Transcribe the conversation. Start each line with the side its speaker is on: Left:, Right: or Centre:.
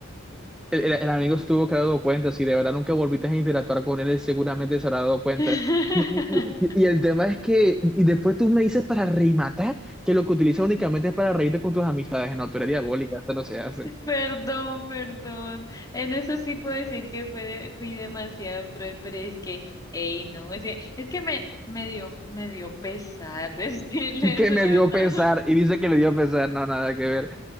Centre: el, el- el amigo se tuvo que haber dado cuenta, si de verdad nunca volviste a interactuar con él, él seguramente se habrá dado cuenta.
Left: <laughs>
Centre: Y, y, y y el tema es que, y después tú me dices para rematar que lo que utilizas únicamente es para reírte con tus amistades, no, tú eres diabólica, esto no se hace.
Left: Perdón, perdón. En eso sí puedo decir que fue, fui demasiado cruel, pero es que, ey, no, es que, es que me, me dio, me dio pesar <laughs> decirle
Centre: que
Left: eso,
Centre: me
Left: la
Centre: dio
Left: verdad.
Centre: pesar y dice que le dio pesar, no, nada que ver.